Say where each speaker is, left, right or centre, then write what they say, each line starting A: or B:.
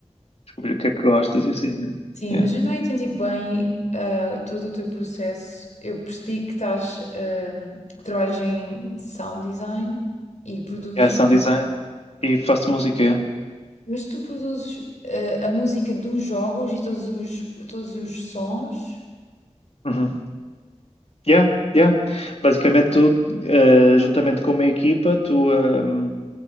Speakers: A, on the left (about 60°); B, on the left (about 85°).
A: Descobrir o que é que gostas e assim, né?
B: Sim,
A: Yeah.
B: mas eu não entendi bem ah, todo o teu processo. Eu percebi que estás, ah, que trabalhas em sound design e produzes,
A: Yeah, sound design e faço música, yeah.
B: mas tu produzes ah, a música dos jogos e todos os, todos os sons,
A: Uhum. Yeah, yeah. Basicamente tu, eh, juntamente com uma equipa, tu, ehm,